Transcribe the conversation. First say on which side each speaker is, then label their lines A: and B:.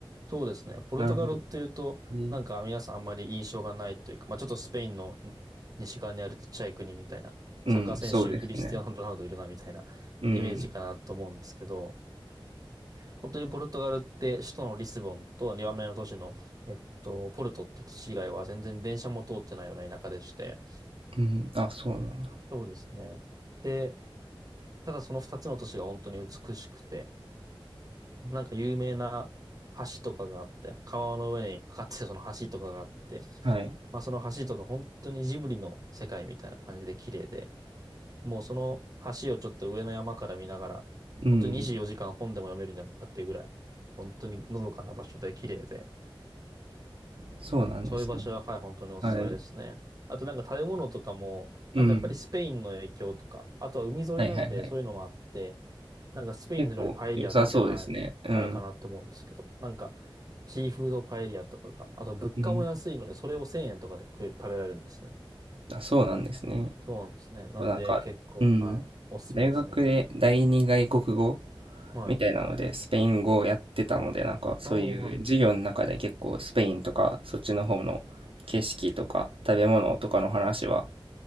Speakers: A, on the right; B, on the right.
A: そうですね。ポルトガルっていうと、
B: なるほど。ね
A: なんか皆さんあんまり印象がないというか、まあちょっとスペインのん西側にあるちっちゃい国みたいな、
B: うん、
A: サッカー選手クリスティアーノ・
B: そうですね。
A: ロナウドいるなみたいなイメージかなと思うんですけど、
B: うん。
A: 本当にポルトガルって首都のリスボンと2番目の都市の、えっと、ポルトっていう都市以外は全然電車も通ってないような田舎でして、
B: うん。あ、そうなんだ。
A: そうですね。で、ただその2つの都市が本当に美しくて、なんか有名な橋とかがあって、川の上にかかってるその橋とかがあって、
B: はい。
A: まあその橋とか本当にジブリの世界みたいな感じで綺麗で、もうその橋をちょっと上の山から見ながら、
B: うん。
A: 本当に24時間本でも読めるんじゃないかっていうぐらい、本当にのどかな場所で綺麗で、
B: そうなんですね。
A: そういう場所ははい、本当におすすめですね。
B: はい。
A: あとなんか食べ物とかも、
B: うん。
A: なんかやっぱりスペインの影響とか、あとは海沿いなんでそういうのもあって、
B: はいはいはい。
A: なんかスペインの料理パエリアって、
B: 結構良さそうですね。
A: はい、
B: うん。
A: あるかなって思うんですけど、なんかシーフードパエリアとかが、あと物価も安いので、
B: うん。
A: それを1000円とかで食え食べられるんですね。
B: あ、そうなんですね。
A: そうなんですね。なんで結構、
B: そうなんか、うん。
A: はい。おすすめですね。
B: 大学で第二外国語
A: はい。
B: みたいなので、スペイン語をやってたので、なんかそういう授業の中で結構スペインとか、
A: ああ、は
B: そっちの方の景色とか食べ物とかの話は